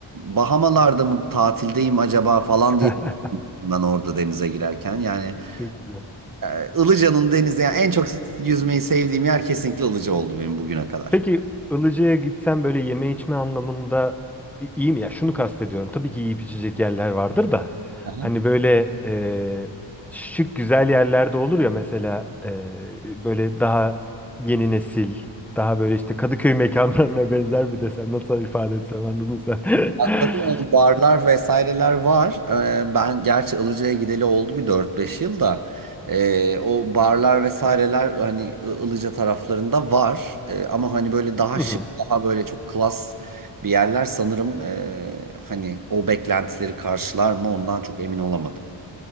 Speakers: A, on the right; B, in the centre.
A: Bahamalarda mı tatildeyim acaba falan diye
B: <laughs>
A: düşündüm ben orada denize girerken. Yani
B: Çok güzel.
A: e, Ilıca'nın denizi yani en çok yüzmeyi sevdiğim yer kesinlikle Ilıca oldu benim bugüne kadar.
B: Peki Ilıca'ya gitsen böyle yeme içme anlamında i- iyi mi? Ya şunu kastediyorum. Tabii ki yiyip içecek yerler vardır da.
A: Aha.
B: Hani böyle e, şık güzel yerlerde olur ya mesela e, böyle daha yeni nesil, daha böyle işte Kadıköy mekanlarına <laughs> benzer mi desem, nasıl ifade etsem anladın sen.
A: Tabii
B: <laughs>
A: yani barlar vesaireler var. Ee, ben gerçi Ilıca'ya gideli oldu bir dört beş yıl da ee, o barlar vesaireler hani I- Ilıca taraflarında var. Ee, ama hani böyle daha
B: Hı
A: şık,
B: hı.
A: daha böyle çok klas bir yerler sanırım ee, hani o beklentileri karşılar mı ondan çok emin olamadım.